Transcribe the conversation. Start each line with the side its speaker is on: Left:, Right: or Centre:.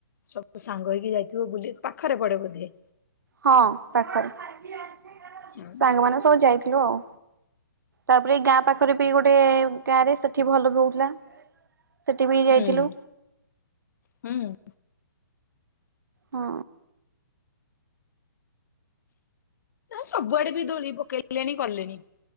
Left: ସବୁ ସାଙ୍ଗ ହେଇକି ଯାଇଥିବ ବୁଲିବାକୁ ପାଖରେ ପଡେ ବୋଧେ।
Right: ହଁ ପାଖରେ ସାଙ୍ଗମାନେ
Left: ହୁଁ
Right: ସବୁ ଯାଇଥିଲୁ ଆଉ। ତାପରେ ଏ ଗାଁ ପାଖରେ ବି ଗୋଟେ ଗାଁ ରେ ସେଠି ଭଲ ବି ହଉଥିଲା। ସେଠି ବି ଯାଇଥିଲୁ
Left: ହୁଁ ହୁଁ।
Right: ହଁ।
Left: ନାଇ ସବୁଆଡେ ବି ଦୋଳି ପକେଇଲେଣି କଲେଣି।